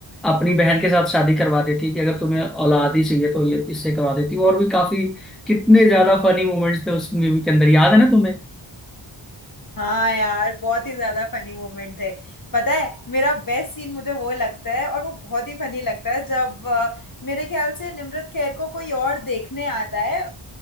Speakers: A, in the centre; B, on the left.
A: अपनी बहन के साथ शादी करवा देती कि अगर तुम्हें औलाद ही चाहिए तो ये इससे करवा देती और भी काफी कितने ज्यादा फनी मोमेंट्स थे उस मूवी के अंदर याद है ना तुम्हें
B: हाँ यार बहुत ही ज्यादा फनी मोमेंट थे पता है मेरा बेस्ट सीन मुझे वो लगता है और वो बहुत ही फनी लगता है जब अ, मेरे ख्याल से निम्रत खैर को कोई और देखने आता है